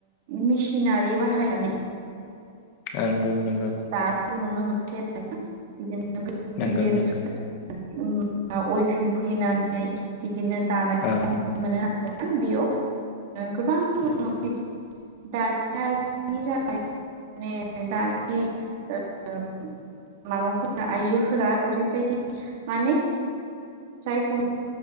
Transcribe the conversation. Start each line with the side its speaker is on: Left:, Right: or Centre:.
Right: मेसिनारि बाहायनानै
Left: नंगौ नंगौ
Right: द मोनसे <inaudible> बिदिनो
Left: नंगौ
Right: गिदिर
Left: नंगौ
Right: <inaudible> ओ अयफिं खुलिनानै बिदिनो दा मोनो
Left: औ
Right: आरोना बेयाव ओ गोबां
Left: नंगौ
Right: बिदि दानिया मान दानि <unintelligible> माबाफोरा आइजोफोरा ओरैबायदि माने जायखौ